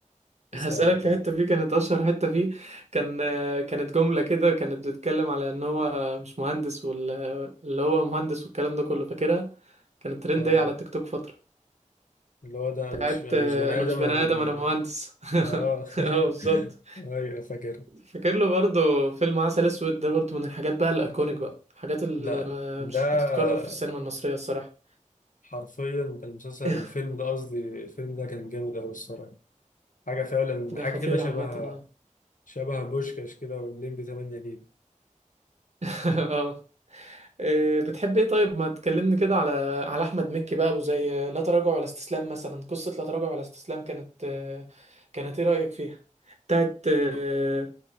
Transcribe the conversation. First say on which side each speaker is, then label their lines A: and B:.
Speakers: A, on the right; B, on the left.
A: <laughs>
B: اسألني
A: هسألك
B: طيب
A: في حتة فيه كانت أشهر حتة فيه كان كانت جملة كده كانت بتتكلم على إن هو مش مهندس وال- اللي هو مهندس والكلام ده كله فاكرها كانت ترند
B: اه
A: أوي على التيك توك فترة
B: اللي هو ده انا
A: بتاعت
B: مش انا
A: آه،
B: مش بني
A: أنا
B: ادم
A: مش بني
B: انا
A: آدم أنا مهندس
B: أنا-
A: <laughs>
B: اه <laughs>
A: اه بالظبط
B: ايوه فاكر
A: فاكر له برضه فيلم عسل أسود ده برضه من الحاجات بقى الأيكونيك بقى الحاجات اللي
B: لا
A: ما-
B: ده
A: مش هتتكرر في السينما المصرية الصراحة
B: حرفيا كان المسلسل
A: <laughs>
B: الفيلم ده قصدي الفيلم ده كان جامد أوي الصراحة حاجة فعلا
A: ده
B: حاجة
A: خطير
B: كده شبه
A: عامة اه
B: شبه بوشكاش كده والليمبي 8 جيجا
A: <laughs> اه إيه، بتحب ايه طيب ما تكلمني كده على على احمد مكي بقى وزي لا تراجع ولا استسلام مثلا قصة لا تراجع ولا استسلام كانت آه، كانت ايه رأيك فيها بتاعت آه،
B: ب-